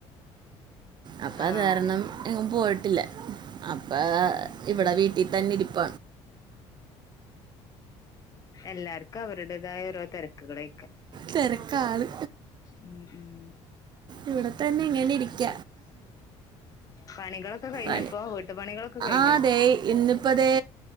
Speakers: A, on the right; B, on the left.
A: അപ്പൊ അത്
B: ആഹ്
A: കാരണം എങ്ങും പോയിട്ടില്ല അപ്പ
B: ആഹ്
A: ഏ
B: ആഹ്
A: ഇവടെ വീട്ടിൽ തന്നെ ഇരി പ്പ
B: എല്ലാർക്കും അവരുടേതായ ഓരോ തെരക്കുകളെ
A: തിരക്കാണ്
B: ഉം ഉം
A: ഇവിടെത്തന്നെ ഇങ്ങനെ ഇരിക്ക
B: പണികളൊക്കെ കഴിഞ്ഞപ്പോ
A: ആഹ്
B: വീട്ടു പണികളൊക്കെ കഴിഞ്ഞോ
A: അതെ ഇന്നിപ്പതെ